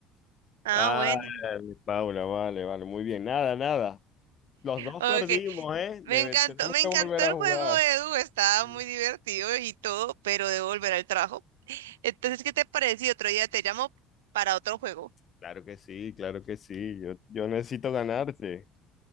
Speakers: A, on the right (about 80°); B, on the left (about 45°).
A: Ah,
B: Ah,
A: bueno.
B: mi Paula, vale, vale, muy bien. Nada, nada. Los dos
A: Ok.
B: perdimos, ¿eh?
A: Me
B: Debe-
A: encantó,
B: tenemos
A: me encantó
B: que volver
A: el
B: a jugar.
A: juego, Edu. Estaba
B: Sí.
A: muy divertido y todo, pero debo volver al trabajo. Entonces, ¿qué te parece? si Otro día te llamo para otro juego.
B: Claro que sí, claro que sí. Yo, yo necesito ganarte.